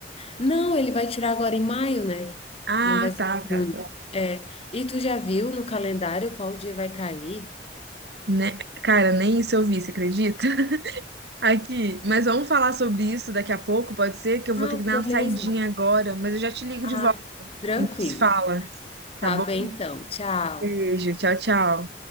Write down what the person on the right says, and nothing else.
Ah,
tá,
tá,
tá.
Né? Cara, nem isso eu vi, você acredita? <laughs> Aqui, mas vamos falar sobre isso daqui a pouco, pode ser? Que eu vou
ter que dar
uma saidinha agora, mas eu já te ligo
de volta,
a gente se fala,
tá bom?
Beijo, tchau, tchau.